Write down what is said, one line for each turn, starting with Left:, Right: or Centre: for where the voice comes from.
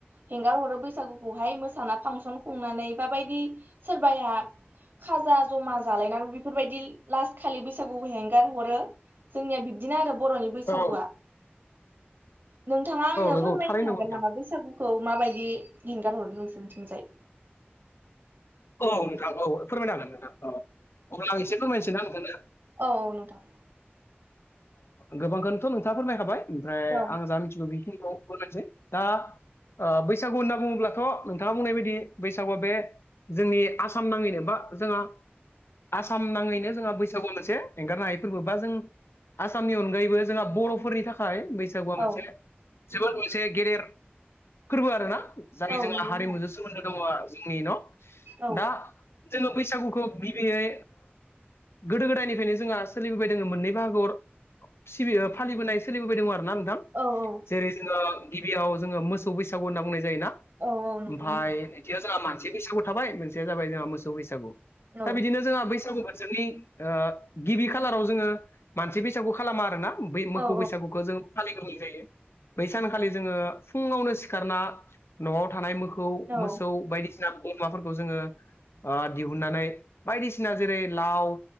Right: हेंगार हरो बैसागुखौहाय मोसाना फांसन खुंनानै बााबायदि सोरबाया खाजा जमा जालायनानै बेफोरबायदि लास्ट खालि बैसागुखौ हेंगार हरो जोंनिया बिब्दिनो आरो बर'नि बैसागुआ
Left: औ
Right: नोंथाङा आंनो
Left: नंगौ
Right: फोरमायनो
Left: थारैनो
Right: हागोन
Left: नंगौ नोंथां
Right: नामा बैसागुखौ माबायदि हेंगार हरनो सोंथिोंजाय
Left: औ नोंथां औ फोरमायनो हागोन नोंथां औ अब्ला आं एसे फोरमायनोसै ना नोंगोननो
Right: औ औ नोंथां।
Left: गोबांखौनोथ' नोंथाङा फोरमायखाबाय ओमफ्राय
Right: औ
Left: आं जा मिथिगौ बेखिनिखौ बुंायसै दा बैसागु होनना बुङोब्लाथ' नोंथाङा बुंनाय बायदि बैसागुआ बे जोंनि आसाम नाङैनो बा जोंहा आसाम नाङैनो जोंहा बैसागु मोनसे एंगारनो हायै फोरबो बा जों आसामनि अनगायैबो जोंहा बर'फोरनि थाखाय बैसागुआ मोनसे
Right: औ
Left: जोबोद मोनसे गेदेर फोरबो आरोना जाय
Right: औ
Left: जोंना
Right: नंगौ
Left: हारिमुजों
Right: नोंथां
Left: सोमोन्दो दङ जोंनि न'
Right: औ
Left: दा जोङो बैसागुखौ गिबियै गोदो गोदायनिफ्रायनो जोंहा सोलिबोबाय दङ मोननै ब सिबि फालिबोनाय सोलिबोबाय दं आरोना नोंथां।
Right: औ औ।
Left: जेरै जोङो गिबियाव जोङो मोसौ बैसागु होनना बुंनाय जायोना
Right: औ औ नंगौ
Left: ओमफफ्राय
Right: नोंथां
Left: मोनसेयाव जोंहा मानसे बैसागु थाबाय मोनसेया जाबाय जोंहा मोसौ बैसागु
Right: औ
Left: दा बिदिनो जोंहा बैसागु बजोंनि गिबि खालाराव जोङो मानसि बैसागु खालामा आरोना ब मोखौौ
Right: औ
Left: बैसागुखौ जों गोै जायो बै सानखालि जोङो फुङावनो सिखारना न'आव थानाय मो
Right: औ
Left: मोसौ बायदिसिना बोरमाफोरखौ जोङो दिहुननानै बायदिसिना जेरै लाव